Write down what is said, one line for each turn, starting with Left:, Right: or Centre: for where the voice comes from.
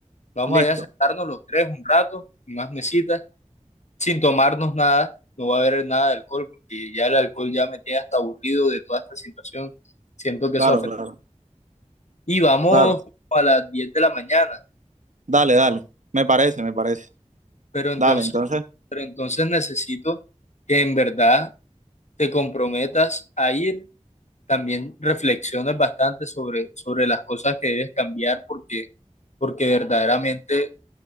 Left: vamos
Right: Listo.
Left: allá a sentarnos los tres un rato, unas mesitas, sin tomarnos nada, no va a haber nada de alcohol, porque ya el alcohol ya me tiene hasta aburrido de toda esta situación, siento que
Right: Claro,
Left: eso afecta.
Right: claro,
Left: Y vamos
Right: claro.
Left: como a las 10 de la mañana,
Right: Dale, dale. Me parece, me parece.
Left: Pero entonces,
Right: Dale, entonces.
Left: pero entonces necesito que en verdad te comprometas a ir, también reflexiones bastante sobre, sobre las cosas que debes cambiar, porque, porque verdaderamente